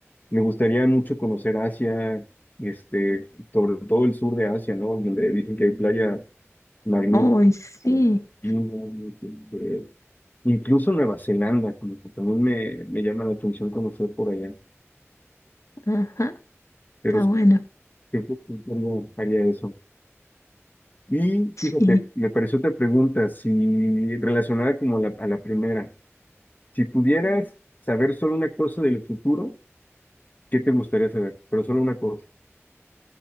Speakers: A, on the left (about 35°); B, on the left (about 85°).
A: Me gustaría mucho conocer Asia, este, sobre todo el sur de Asia, ¿no? Donde dicen que hay playas magníficas,
B: Uy, sí,
A: China, este, incluso Nueva Zelanda, como que también me, me llama la atención conocer por allá.
B: ajá,
A: Pero
B: está
A: sí,
B: bueno,
A: creo que sí haría, haría eso. Y fíjate,
B: sí.
A: me pareció otra pregunta, si relacionada como la- a la primera. Si pudieras saber solo una cosa del futuro, ¿qué te gustaría saber? Pero solo una cosa.